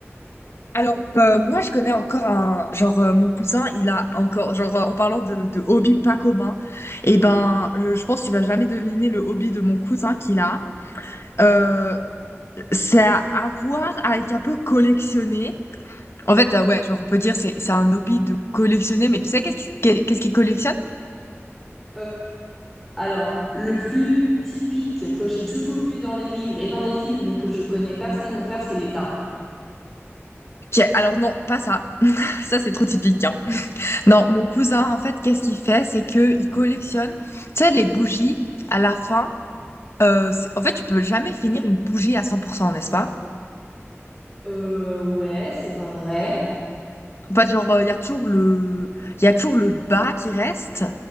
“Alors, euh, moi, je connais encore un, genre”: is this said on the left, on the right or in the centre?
Left